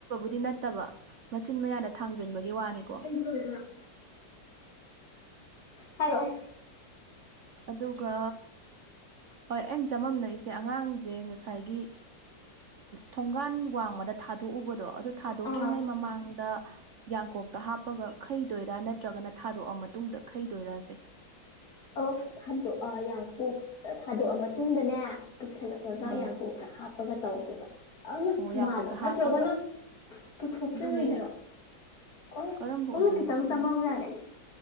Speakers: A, on the right (about 70°); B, on the left (about 50°).
A: ꯗꯤ ꯅꯠꯇꯕ ꯃꯆꯤꯟ ꯃꯌꯥꯅ ꯊꯥꯡꯖꯟꯕꯒꯤ ꯋꯥꯅꯤꯀꯣ
B: ꯂꯣꯏꯕ꯭ꯔ ꯍꯥꯏꯔꯛꯑꯣ
A: ꯑꯗꯨꯒ ꯍꯣꯏ ꯑꯩꯅ ꯆꯃꯝꯅꯩꯁꯦ ꯑꯉꯥꯡꯁꯦ ꯉꯁꯥꯏꯒꯤ ꯊꯣꯡꯒꯥꯟ ꯋꯥꯡꯃꯗ ꯊꯥꯗꯣꯛꯎꯕꯗꯣ ꯑꯗꯨ ꯊꯥꯗꯣꯛꯇ꯭ꯔꯤꯉꯩ
B: ꯑꯥ
A: ꯃꯃꯥꯡꯗ ꯌꯥꯡꯀꯣꯛꯇ ꯍꯥꯞꯄꯒ ꯈꯩꯗꯣꯏꯔ ꯅꯠꯇ꯭ꯔꯒꯅ ꯊꯥꯗꯣꯛꯑ ꯃꯇꯨꯡꯗ ꯈꯩꯗꯣꯏꯔꯁꯦ
B: ꯑꯣꯐ ꯑꯗꯣ ꯌꯥꯡꯀꯣꯛꯇ ꯊꯥꯗꯣꯛꯑ ꯃꯇꯨꯡꯗꯅꯦ ꯄꯨꯁꯜꯂꯛꯂꯒ
A: ꯑꯥ
B: ꯌꯥꯡꯀꯣꯛꯇ ꯍꯥꯞꯄ ꯄꯒ ꯇꯧꯗꯨꯏꯕ ꯑꯗ
A: ꯑꯣ ꯌꯥꯡꯀꯣꯛꯇ
B: ꯃꯥꯜꯂ
A: ꯍꯥꯞꯄꯒ
B: ꯅꯠꯇ꯭ꯔꯒꯅ ꯄꯨꯊꯣꯛꯇ꯭ꯔꯤꯉꯩꯗꯔꯣ
A: ꯑꯗꯨꯅꯦ ꯑꯩꯅ
B: ꯑꯣ
A: ꯀꯔꯝꯕ ꯑꯣꯏꯗꯣꯏꯅꯣ
B: ꯑꯗꯨ ꯈꯤꯇꯪ
A: ꯈꯪ
B: ꯆꯃꯝꯅꯥꯔꯦ